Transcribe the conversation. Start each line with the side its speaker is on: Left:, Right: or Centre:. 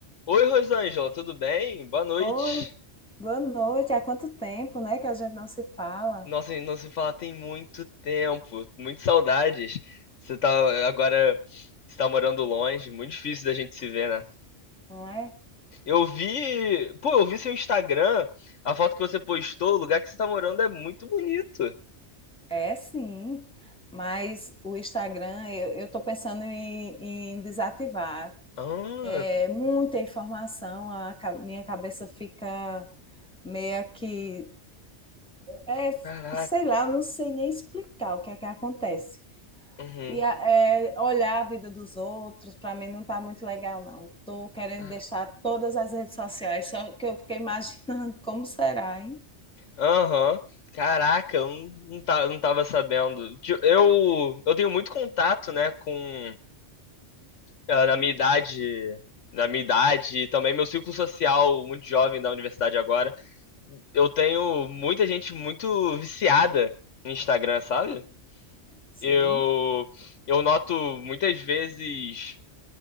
Left: Oi, Rosângela, tudo bem? Boa noite.
Centre: Oi, boa noite. Há quanto tempo, né, que a gente não se fala,
Left: Nossa, não se fala tem muito tempo, muitas saudades. Você tá agora, você tá morando longe, muito difícil da gente se ver, né?
Centre: não é?
Left: Eu vi, pô, eu vi seu Instagram, a foto que você postou, o lugar que você tá morando é muito bonito.
Centre: É sim, mas o Instagram eu eu estou pensando em, em desativar.
Left: Ah,
Centre: É muita informação, a ca- minha cabeça fica meio que, é,
Left: caraca.
Centre: sei lá, eu não sei nem explicar o que é que acontece.
Left: Uhum.
Centre: E a- é, olhar a vida dos outros, para mim não tá muito legal, não. Tô querendo
Left: Ah,
Centre: deixar todas as redes sociais, só que eu fiquei imaginando <laughs> como será, hein?
Left: Aham. Caraca, eu não, não, tá- não tava sabendo. Ti- Eu, eu tenho muito contato, né, com ah, na minha idade, na minha idade e também meu círculo social muito jovem da universidade agora, eu tenho muita gente muito viciada no Instagram, sabe?
Centre: Sim.
Left: Eu eu noto muitas vezes,